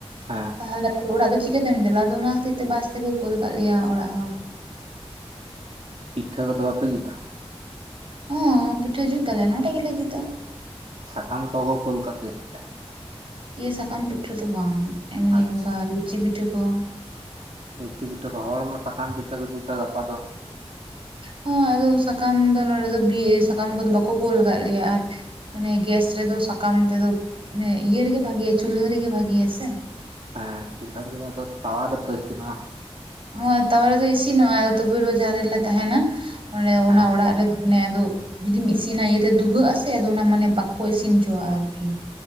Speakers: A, on the right; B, on the right.
A: ᱦᱮᱸ ᱾
B: ᱛᱟᱦᱚᱞᱮ ᱟᱫᱚ ᱚᱲᱟᱜ ᱫᱚ ᱪᱤᱠᱟᱹ ᱛᱮᱢ ᱪᱟᱞᱟᱜᱼᱟ, ᱟᱫᱚ ᱚᱱᱟ ᱠᱷᱟᱹᱛᱤᱨ ᱛᱮ ᱵᱟᱥ ᱛᱮᱠᱚ ᱠᱳᱞ ᱠᱟᱜ ᱞᱮᱭᱟ ᱚᱲᱟᱜ ᱦᱚᱲ ᱾
A: ᱯᱤᱴᱷᱟᱹ ᱠᱚᱫᱚ ᱵᱟᱯᱮ ᱡᱩᱛᱟ?
B: ᱦᱚᱸ ᱯᱤᱴᱷᱟᱹ ᱡᱩᱛᱟᱞᱮ ᱱᱚᱰᱮ ᱜᱮᱞᱮ ᱡᱩᱛᱟ ᱾
A: ᱥᱟᱠᱟᱢ ᱠᱚ ᱠᱚ ᱠᱳᱞ ᱠᱟᱜ ᱯᱮᱭᱟ ᱥᱮ ᱪᱮᱫ?
B: ᱮ ᱥᱟᱠᱟᱢ ᱯᱤᱴᱷᱟᱹ ᱫᱚ ᱵᱟᱝ, ᱮᱢᱱᱤ
A: ᱟᱪᱪᱷᱟ
B: ᱚᱱᱠᱟ ᱞᱩᱪᱤ ᱯᱤᱴᱷᱟᱹ ᱠᱚ ᱾
A: ᱞᱩᱪᱤ ᱯᱤᱴᱷᱟᱹ ᱠᱚ ᱦᱚᱲ ᱢᱟ ᱥᱟᱠᱟᱢ ᱯᱤᱴᱷᱟᱹ ᱠᱚ ᱡᱩᱛᱟ ᱜᱟᱯᱟ ᱫᱚ ᱾
B: ᱦᱚᱸ ᱟᱫᱚ ᱥᱟᱠᱟᱢ ᱫᱚ ᱱᱚᱰᱮ ᱫᱚ ᱵᱤᱻ ᱥᱟᱠᱟᱢ ᱠᱚᱫᱚ ᱵᱟᱠᱚ ᱠᱳᱞ ᱠᱟᱜ ᱞᱮᱭᱟ ᱟᱨ ᱢᱟᱱᱮ ᱜᱮᱥ ᱨᱮᱫᱚ ᱥᱟᱠᱟᱢ ᱛᱮᱫᱚ ᱱᱮ ᱤᱭᱟᱹ ᱨᱮᱜᱮ ᱵᱷᱟᱜᱮᱭᱟ, ᱪᱩᱞᱦᱟᱹ ᱨᱮᱜᱮ ᱵᱷᱟᱜᱮᱭᱟ ᱥᱮ?
A: ᱦᱮᱸ ᱪᱩᱞᱦᱟᱹ ᱨᱮᱜᱮ ᱟᱫᱚ ᱛᱟᱣᱟ ᱨᱮᱛᱚ ᱤᱥᱤᱱᱚᱜᱼᱟ ᱾
B: ᱦᱚᱸ ᱛᱟᱣᱟ ᱨᱮ ᱫᱚ ᱤᱥᱤᱱᱚᱜᱼᱟ, ᱛᱚᱵᱩ ᱨᱮᱦ ᱡᱟᱦᱟᱸ ᱨᱮᱞᱮ ᱛᱟᱦᱮᱱᱟ ᱚᱸᱰᱮ
A: ᱦᱮᱸ
B: ᱚᱱᱟ ᱚᱲᱟᱜ ᱨᱮᱫᱚ ᱚᱱᱮ ᱟᱫᱚ ᱡᱩᱫᱤᱢ ᱤᱥᱤᱱᱟ ᱤᱭᱟᱹᱛᱮ ᱫᱩᱦᱟᱹᱜ ᱟᱥᱮ ᱟᱫᱚ ᱚᱱᱟ ᱢᱟᱱᱮ ᱵᱟᱠᱚ ᱤᱥᱤᱱ ᱦᱚᱪᱚᱣᱟᱜᱼᱟ ᱟᱨᱠᱤ ᱾